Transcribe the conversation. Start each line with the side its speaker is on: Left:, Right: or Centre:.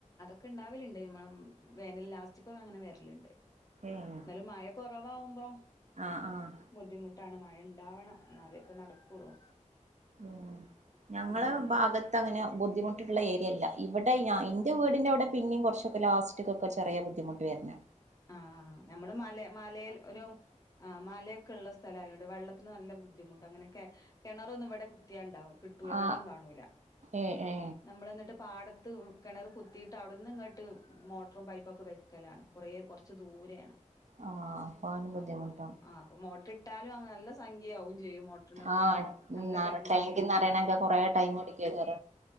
Left: ഒക്കെ ഇണ്ടാവല്ണ്ട് നമ്മ വേനൽ ലാസ്റ്റ്ക്കോ അങ്ങനെ വര്ല്ണ്ട്
Right: ഏഹ്
Left: ന്നലും മഴ കൊറവ്- ഇപ്പാവുമ്പം
Right: ആഹ് ആഹ്
Left: ബുദ്ധിമുട്ടാണ് മഴ ഇണ്ടാവണം എന്നാലേ ഇപ്പ നടക്കുള്ളൂ
Right: ഉം ഞങ്ങള
Left: പിന്നെ
Right: ഭാഗത്ത് അങ്ങനെ ബുദ്ധിമുട്ടുള്ള ഏരിയല്ല ഇവിടെ ഞ ഇന്റെ വീടിന്റെ അവിടെ പിന്നെയും കുറച്ചൊക്കെ ലാസ്റ്റ്ക്കൊക്കെ ചെറിയ ബുദ്ധിമുട്ട് വരുന്ന
Left: ആ നമ്മള് മല മലയിൽ ഒരു ആ മലയൊക്കെ ഉള്ള സ്ഥലയൊണ്ട് വെള്ളത്തിന് നല്ല ബുദ്ധിമുട്ട് അങ്ങനെ കെ കെണറൊന്നും ഇവിടെ കു ത്തിയണ്ടാവും കിട്ടൂല
Right: ആ
Left: വെള്ളം കാണൂല
Right: ഏ ഏ
Left: നമ്മള് എന്നിട്ട് പാടത്ത് കിണറ് കുത്തിയിട്ട് അവിടെന്ന് ഇങ്ങോട്ട് മോട്ടറും പൈപ്പൊക്കെ വയ്ക്കലാണ് കുറേ കുറച്ച് ദൂരെയാണ്
Right: ആ അപ്പൊ അവന് ബുദ്ധിമുട്ടാവും
Left: അപ്പൊ ആഹ് അപ്പൊ മോ ട്ടിട്ടാലും അതന്നെ നല്ല സംഖ്യയാവും ചെയ്യും മോട്ടറിനൊക്കെ
Right: ആഹ്
Left: നല്ല
Right: നറ
Left: കരണ്ട്
Right: ടേങ്കി
Left: വരും
Right: നറയണെങ്കി കൊറേ ടൈമ് അടിക്ക കര